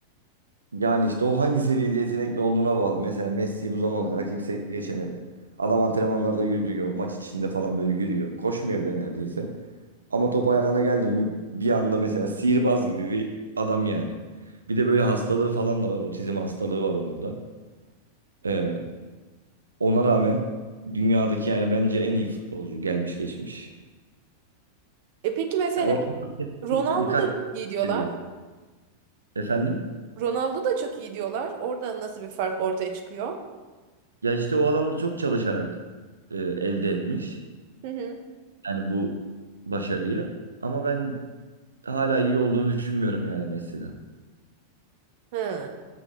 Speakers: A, on the right; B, on the right.
A: Yani işte o hangi seviyede yetenekli olduğuna bağlı. Mesela Messi bu zamana kadar kimse geçemedi. Adam antrenmanlarda yürüyor, maç içinde falan böyle yürüyor. Koşmuyor bile neredeyse. Ama top ayağına geldi mi bir anda mesela sihirbaz gibi bir adam yani. Bir de böyle hastalığı falan da var. Otizm hastalığı var onun da. Ee, ona rağmen dünyadaki yani bence en iyi futbolcu gelmiş geçmiş.
B: E peki mesela
A: Ya o adam
B: Ronaldo
A: bir- birkaç
B: da çok iyi diyorlar.
A: seviye. Efendim?
B: Ronaldo da çok iyi diyorlar. Orada nasıl bir fark ortaya çıkıyor?
A: Ya işte o adam da çok çalışarak e, elde etmiş.
B: Hı hı.
A: Yani bu başarıyı. Ama ben hala iyi olduğunu düşünmüyorum yani Messi'den.
B: Hı.